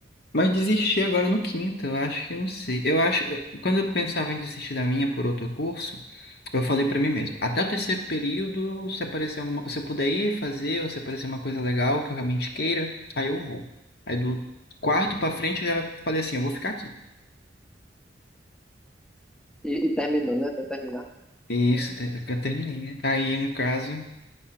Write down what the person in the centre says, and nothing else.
E, e terminou, né? Até terminar.